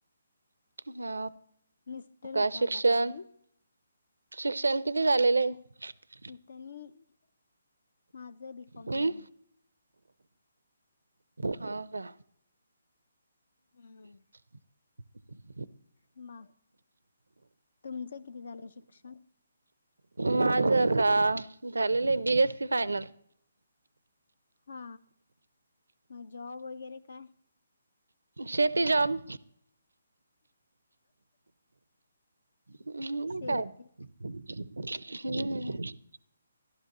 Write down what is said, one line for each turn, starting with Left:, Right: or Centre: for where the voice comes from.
Right: हा
Left: मिस्टर
Right: का
Left: विचारता
Right: शिक्षण
Left: का तुम्ही
Right: शिक्षण किती झालेलं आहे
Left: त्यांनी माझं बीकॉम
Right: हम्म
Left: झालंय
Right: हा का
Left: हम्म
Right: <inaudible>
Left: मा तुमचं किती झालं शिक्षण?
Right: माझ का झालेलय आहे बी, एस, सी फायनल.
Left: हा मग जॉब वगैरे काय?
Right: शेते जॉब. हम्म
Left: शती.
Right: काय हम्म.